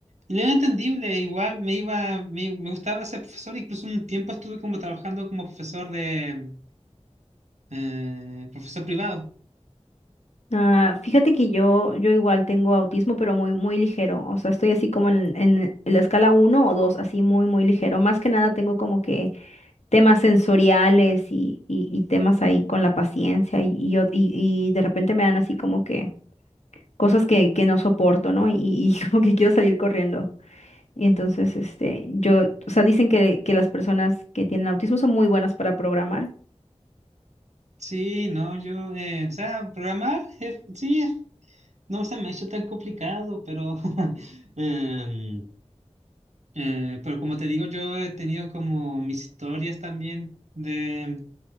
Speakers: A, on the right; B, on the left.
A: ni era entendible, igual me iba, me, me gustaba ser profesor, incluso un tiempo estuve como trabajando como profesor de, Eh, profesor privado.
B: Ah, fíjate que yo, yo igual tengo autismo, pero muy, muy ligero. O sea, estoy así como en, en la escala uno o 2, así muy, muy ligero. Más que nada tengo como que temas sensoriales y, y, y temas ahí con la paciencia y, y, ot- y- y de repente me dan así como que cosas que, que no soporto, ¿no? Y, y <laughs> como que quiero salir corriendo. Y entonces, este, yo, o sea, dicen que, que las personas que tienen autismo son muy buenas para programar,
A: Sí, no, yo, eh, o sea, programar, eh, sí, no se me ha hecho tan complicado, pero <laughs> em, Eh, pero como te digo, yo he tenido como mis historias también de,